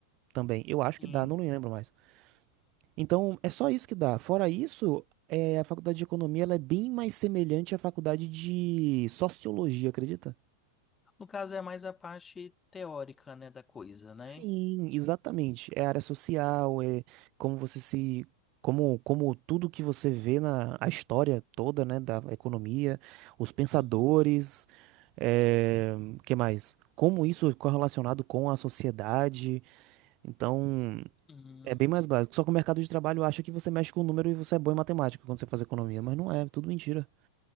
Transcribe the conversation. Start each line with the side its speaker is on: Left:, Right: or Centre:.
Right: também. Eu acho
Left: Sim.
Right: que dá, não me lembro mais. Então, é só isso que dá. Fora isso, eh, a faculdade de economia, ela é bem mais semelhante à faculdade de sociologia, acredita?
Left: No caso é mais a parte teórica, né, da coisa, né?
Right: Sim, exatamente. É área social, é como você se. Como, como tudo que você vê na a história toda, né, da economia, os pensadores,
Left: Uhum.
Right: é, que mais? Como isso é correlacionado com a sociedade. Então,
Left: Uhum.
Right: é bem mais básico. Só que o mercado de trabalho acha que você mexe com o número e você é bom em matemática quando você faz economia, mas não é, tudo mentira.